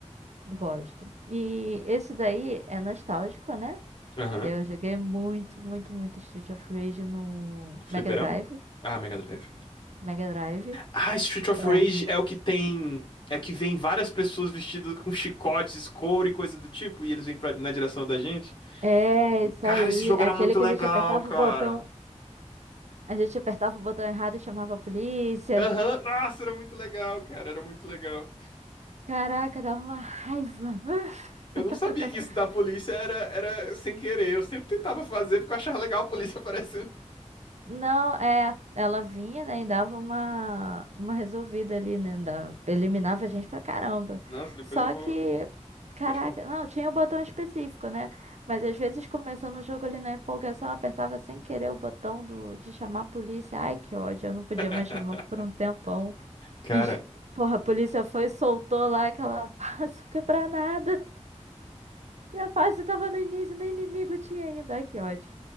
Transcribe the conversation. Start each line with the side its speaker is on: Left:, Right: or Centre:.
Right: Gosto. E esse daí é nostálgico, né?
Left: Aham.
Right: Que eu joguei muito, muito, muito Street of Rage no
Left: Fliperama?
Right: Mega Drive.
Left: Ah, Mega Drive.
Right: Mega Drive.
Left: Ah, Street of
Right: É.
Left: Rage é o que tem. É que vem várias pessoas vestidas com chicotes, couro e coisa do tipo, e eles vêm pra, na direção da gente.
Right: É,
Left: E tipo,
Right: isso
Left: cara,
Right: aí.
Left: esse jogo
Right: Aquele
Left: era muito
Right: que
Left: legal,
Right: a gente apertava
Left: cara.
Right: o botão. A gente apertava o botão errado e chamava a polícia.
Left: Aham, Nossa, era muito legal, cara, era muito legal.
Right: Caraca, dava uma raiva.
Left: Eu
Right: <laughs>
Left: não sabia que isso da polícia era, era sem querer. Eu sempre tentava fazer porque eu achava legal a polícia <laughs> aparecendo.
Right: Não, é, ela vinha, né, e dava uma, uma resolvida ali, né, da- eliminava a gente pra caramba.
Left: Nossa, depois
Right: Só
Left: eu vou.
Right: que, caraca,
Left: Pode falar.
Right: não, tinha o botão específico, né, mas às vezes começando o jogo ali na empolgação, eu apertava sem querer o botão do, de chamar a polícia. Ai, que ódio, eu não podia
Left: <laughs>
Right: mais chamar por um tempão.
Left: Cara,
Right: E, porra, a polícia foi e soltou lá aquela <laughs> bazuca pra nada. A fase tava no início, nem inimigo tinha ainda. Ai, que ódio.